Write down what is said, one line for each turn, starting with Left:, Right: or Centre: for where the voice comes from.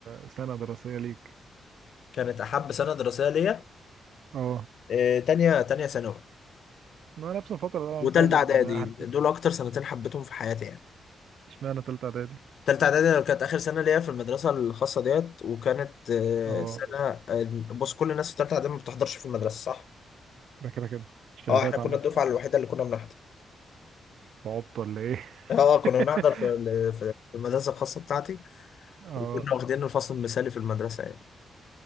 Right: سنه دراسيه ليك
Left: كانت احب سنه دراسيه ليا
Right: اه
Left: آه، تانية تانية ثانوي
Right: ما نفس الفتره اللي انا
Left: وتالتة
Right: قلتها برضه
Left: اعدادي
Right: اللي هي حته
Left: دول اكتر سنتين حبيتهم في حياتي يعني
Right: اشمعنى تالته اعدادي
Left: تالتة إعدادي كانت آخر سنة ليا في المدرسة الخاصة ديت وكانت آه،
Right: اه
Left: سنة آه، بص كل الناس في تالتة إعدادي ما بتحضرش في المدرسة صح؟
Right: ده كده كده الشهادات
Left: أه إحنا كنا
Right: عامه
Left: الدفعة الوحيدة اللي كنا بنحضر
Right: تعبت ولا ايه
Left: أه
Right: <laughs>
Left: كنا بنحضر في ال- في المدرسة الخاصة بتاعتي
Right: اه
Left: وكنا واخدين الفصل المثالي في المدرسة يعني